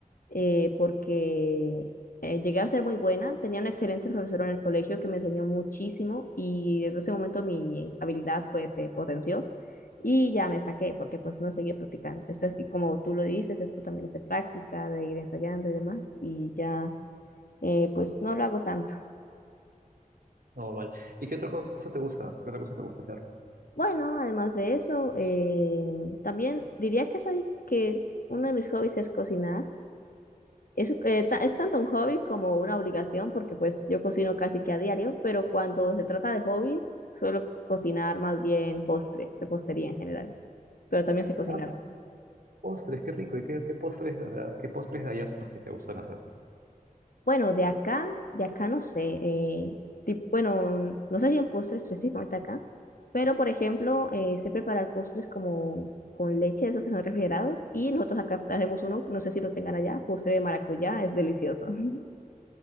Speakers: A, on the left; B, on the right.
A: eh, porque eh, llegué a ser muy buena. Tenía un excelente profesor en el colegio que me enseñó muchísimo y desde ese momento mi habilidad pues se potenció y ya me saqué porque pues no seguí practicando. Esto es, y como tú lo dices, esto también es de práctica, de ir ensayando y demás y ya eh, pues no lo hago tanto.
B: No, vale. ¿Y qué otra cosa te gusta? ¿Qué otra cosa te gusta hacer?
A: Bueno, además de eso, eh, también diría que soy que es- uno de mis hobbies es cocinar. Es, eh, ta- es tanto un hobby como una obligación, porque pues yo cocino casi que a diario, pero cuando se trata de hobbies, suelo cocinar más bien postres, repostería en general, pero también sé cocinar.
B: Ah, postres, qué rico. ¿Y qué, qué postres, o sea, qué postres de allá son los que te gustan hacer?
A: Bueno, de acá, de acá no sé, eh, tip- bueno, no sé si un postre específicamente acá, pero por ejemplo, eh, sé preparar postres como con leche, esos que son refrigerados, y nosotros acá hacemos uno, no sé si lo tengan allá, postre de maracuyá, es delicioso. <laughs>